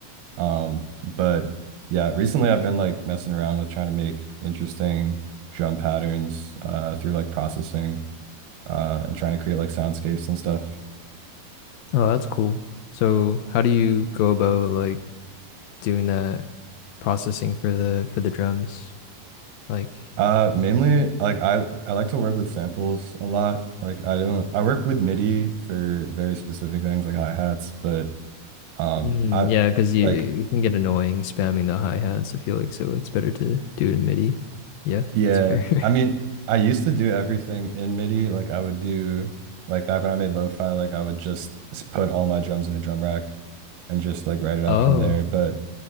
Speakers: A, on the right (about 85°); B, on the left (about 80°).
A: Um, but yeah, recently I've been like messing around with trying to make interesting drum patterns uh through like processing. uh, and trying to create like soundscapes and stuff.
B: Oh, that's cool. So, how do you go about like doing that? processing for the for the drums. Like,
A: Uh, mainly like I I like to work with samples a lot. Like I don't I work with MIDI for very specific things like hi-hats, but um
B: mm,
A: I
B: yeah, because you
A: like
B: you can get annoying spamming the hi hats. I feel like so it's better to do it in MIDI. Yeah,
A: yeah,
B: that's fair. <laughs>
A: I mean I used to do everything in MIDI. Like I would do like back when I made lo-fi, like I would just s- put all my drums in a drum rack and just like write it out
B: Oh,
A: from there. But